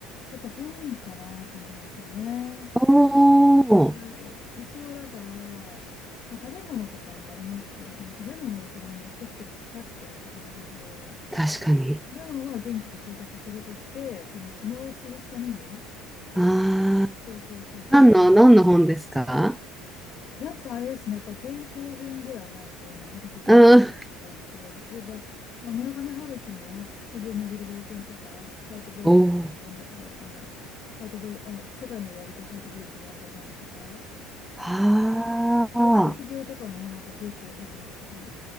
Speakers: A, on the left; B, in the centre.
A: やっぱ本かなと思うんですよね。
B: おお、
A: だから、一応だから、まあ、食べ物とかもありますけど、でも食べ物をそんな持ってきても腐っちゃうと思うので、
B: 確かに。
A: 食べ物は現地で調達するとして、その暇を潰すために、
B: ああ、
A: そうそうそうそう
B: 何の、何の本ですか
A: やっぱあれですね、やっぱ前後編ぐらいないと長さ的にそ
B: うん。
A: うなので、例えば、まあ、村上春樹の羊をめぐる冒険とか、ハートボイルド、
B: おお、
A: ワンダ、ワあの、ハートボイル、あ、世界の終わりとハートボイルド、ワンダーランドとか、
B: ああ、
A: 青子と秀夫とかのなんか前後編になってる、